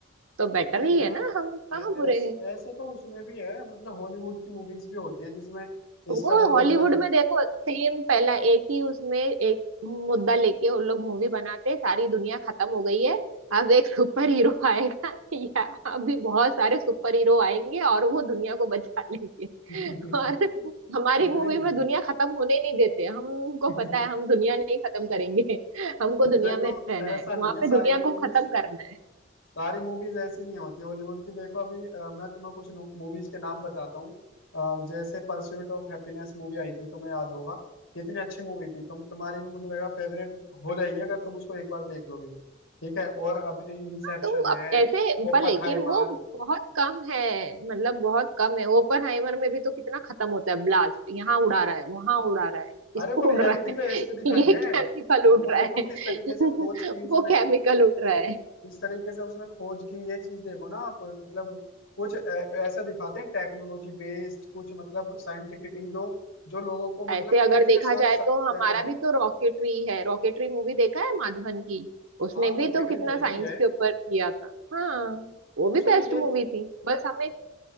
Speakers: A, on the right; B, on the left.
A: तो बेटर
B: नहीं
A: ही
B: यार
A: है ना हम
B: ऐ-
A: कहाँ बुरे
B: ऐस,
A: हैं
B: ऐसे तो उसमें भी है मतलब हॉलीवुड की मूवीज भी होती है जिसमें
A: वो
B: स्ट्रगल
A: हॉलीवुड
B: वगैरह दिख
A: में देखो सेम पहला एक ही उसमें एक मुद्दा लेके उन लोग मूवी बनाते सारी दुनिया खत्म हो गई है अब एक सुपर हीरो आएगा <laughs> या अभी बहुत सारे सुपर हीरो आएंगे और वो दुनिया को बचा लेंगे
B: <laughs>
A: <laughs> और हमारी
B: नहीं
A: मूवी में दुनिया खत्म होने ही नहीं देते हमको
B: <laughs>
A: पता है हम दुनिया नहीं खत्म करेंगे <laughs> हमको दुनिया
B: देखो
A: में रहना
B: ऐसा
A: है वहां
B: नहीं है
A: पे
B: सारी
A: दुनिया
B: मूवीज
A: को खत्म करना है
B: सारी मूवीज ऐसी नहीं होती हॉलीवुड की देखो अभी अ, मैं तुम्हें कुछ मूवीज के नाम बताता हूँ अ, जैसे परस्यूट ऑफ हैप्पीनेस मूवी आई थी तुम्हें याद होगा कितनी अच्छी मूवी थी तुम तुम्हारी भी मुझे लगा फेवरेट हो जाएगी अगर तुम उसको एक बार देख लोगी ठीक है और अब इंसेप्शन
A: तो
B: है
A: अब ऐसे
B: ओपनहाइमर
A: पर लेकिन वो बहुत कम है मतलब बहुत कम है ओपनहाइमर में भी तो कितना खत्म होता है ब्लास्ट यहाँ उड़ा रहा है वहां उड़ा रहा है इसको
B: अरे वो रियलिटी
A: उड़ रहा
B: पे बेस्ड
A: है <laughs>
B: दिखाई
A: ये
B: है
A: केमिकल उड़
B: वो
A: रहा
B: देखो
A: है
B: किस तरीके से खोज की
A: <laughs>
B: उसने
A: वो केमिकल उड़ रहा है
B: इस तरीके से उसने खोज की ये चीज देखो ना आप मतलब कुछ ऐ- ऐसा दिखाते हैं टेक्नोलॉजी बेस्ड कुछ मतलब साइंटिफिकली जो जो लोगों को
A: ऐसे
B: मतलब
A: अगर
B: प्रूफ
A: देखा
B: के साथ
A: जाए
B: साबित
A: तो
B: किया
A: हमारा
B: जाए
A: भी तो रॉकेटरी है रॉकेटरी मूवी देखा है माधवन की उसने
B: हाँ रॉकेटरी
A: भी तो कितना
B: देखी
A: साइंस
B: है
A: के ऊपर किया था हाँ वो भी
B: उसने
A: बेस्ट
B: ये
A: मूवी थी बस हमें